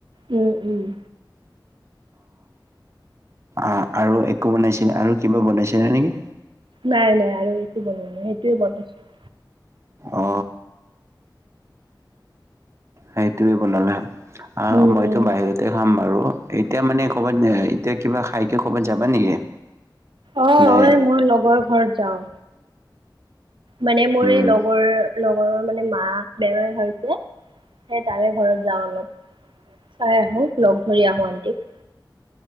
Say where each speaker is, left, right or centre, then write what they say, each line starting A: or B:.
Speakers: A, on the right; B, on the right.
A: উমঁ উমঁ।
B: আ আৰু একো বনাইছিল আৰু কিবা বনাইছিলা নেকি?
A: নাই নাই আৰু একো বনোৱা নাই সেইটোৱে বনাইছোঁ।
B: অ সেইটোয়ে বনালা আৰু
A: উম
B: মইতো
A: উম
B: বাহিৰত- তে খাম বাৰু, এতিয়া মানে ক'ৰবাত এতিয়া কিবা খাইকে ক'ৰবাত যাবা নেকি?
A: অঁ,
B: নাই
A: এই মোৰ লগৰ ঘৰত যাওঁ। মানে মোৰ
B: উম
A: এই লগৰ লগৰৰ মানে মা বেমাৰ হৈছে। সেই তাৰে ঘৰত যাওঁ অলপ চাই আহো লগ ধৰি আহো আনটিক।